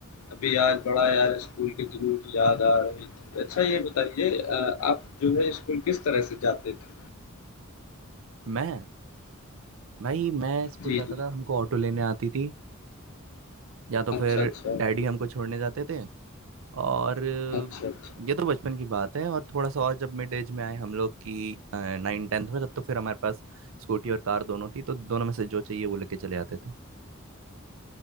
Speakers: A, on the left; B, on the right.
A: अभी आज बड़ा यार स्कूल के दिनों की याद आ रही थी अच्छा ये बताइए अ, आप जो है स्कूल किस तरह से जाते थे
B: मैं भाई मैं स्कूल
A: जी
B: जाता
A: जी
B: था हमको ऑटो लेने आती थी या तो फिर
A: अच्छा अच्छा
B: डैडी हमको छोड़ने जाते थे और अ,
A: अच्छा अच्छा
B: ये तो बचपन की बात है और थोड़ा सा और जब मिड एज में आए हम लोग की नाइन टेंथ में तब तो फिर हमारे पास स्कूटी और कार दोनों थी तो दोनों में से जो चाहिए वो लेके चले आते थे